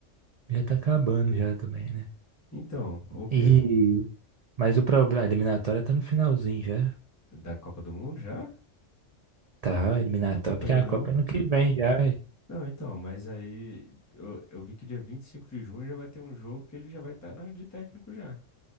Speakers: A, on the right; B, on the left.
A: já tá acabando já também, né?
B: Então, o quê?
A: E, mas o problema, a eliminatória tá no finalzinho já.
B: Da Copa do Mundo já?
A: Tá, a eliminatória,
B: Eu não acompanhei,
A: porque a
B: não.
A: Copa é ano que vem já.
B: Não, então, mas aí eu, eu vi que dia 25 de junho já vai ter um jogo que ele já vai estar na de técnico já.